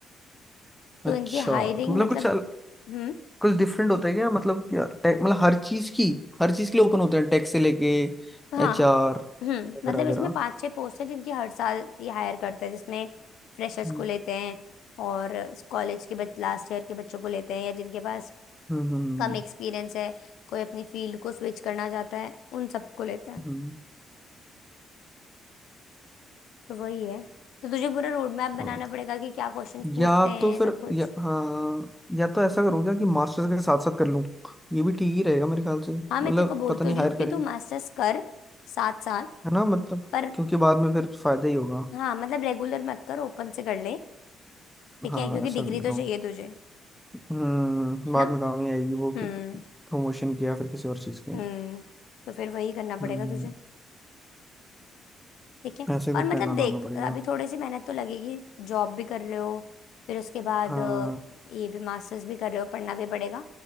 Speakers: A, in the centre; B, on the left (about 80°).
A: अच्छा
B: तो इनकी हायरिंग
A: तो मतलब
B: मतलब
A: कुछ अल-
B: हम्म
A: कुछ डिफरेंट होता है क्या मतलब क्या टेक मतलब हर चीज की हर चीज के लिए ओपन होते हैं टेक से लेके
B: हाँ
A: एचआर
B: हम्म
A: वगैरह
B: मतलब
A: वगैरह
B: इसमें पांच छह पोस्ट है जिनकी हर साल ये हायर करते हैं जिसमें फ्रेशर्स
A: हम्म
B: को लेते हैं और कॉलेज के बच लास्ट ईयर के बच्चों को लेते हैं या जिनके पास
A: हम्म
B: कम एक्सपीरियंस है कोई अपनी फील्ड को स्विच करना चाहता है उन सबको लेते हैं
A: हम्म
B: तो वही है तो तुझे पूरा रोड मैप बनाना
A: ओके
B: पड़ेगा कि क्या क्वेश्चंस पूछते
A: या
B: हैं
A: तो फिर
B: सब कुछ
A: या हाँ या तो ऐसा करूँगा कि मास्टर्स के साथ साथ कर लूँ ये भी ठीक ही रहेगा मेरे ख्याल से मतलब
B: हाँ मैं तेरे को बोल
A: पता
B: तो
A: नहीं
B: रही
A: हायर
B: हूँ कि
A: करें
B: तू मास्टर्स कर साथ साथ
A: है ना मतलब
B: पर
A: क्योंकि बाद में फिर फायदा ही होगा
B: हाँ मतलब रेगुलर मत कर ओपन से कर ले ठीक
A: हाँ
B: है क्योंकि
A: ऐसा
B: डिग्री
A: कर
B: तो
A: लूँ
B: चाहिए तुझे है
A: हम्म बाद
B: ना
A: में काम ही आएगी वो
B: हम्म
A: प्रमोशन के या फिर किसी और चीज़ के
B: हम्म तो फिर वही करना पड़ेगा
A: हम्म
B: तुझे ठीक है
A: ऐसे
B: और
A: कुछ
B: मतलब
A: प्लान बनाना
B: देख
A: पड़ेगा
B: अभी थोड़ी सी मेहनत तो लगेगी जॉब भी कर रहे हो फिर उसके बाद
A: हाँ
B: अ, ये भी मास्टर्स भी कर रहे हो पढ़ना भी पड़ेगा